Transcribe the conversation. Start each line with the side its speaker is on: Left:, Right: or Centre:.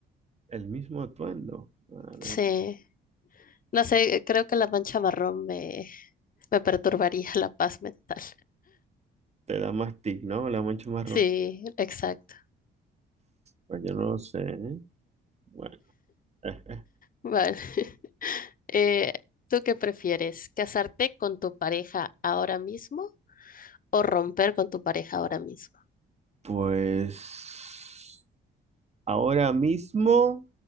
Right: El mismo atuendo. Madre,
Left: Sí. No sé, creo que la mancha marrón me, me perturbaría <laughs> la paz mental.
Right: te da más tic, ¿no? La mancha marrón.
Left: Sí, exacto.
Right: Pues yo no lo sé, ¿eh? Bueno, eh,
Left: Vale. <laughs> Eh, ¿tú qué prefieres? ¿Casarte con tu pareja ahora mismo o romper con tu pareja ahora mismo?
Right: pues ahora mismo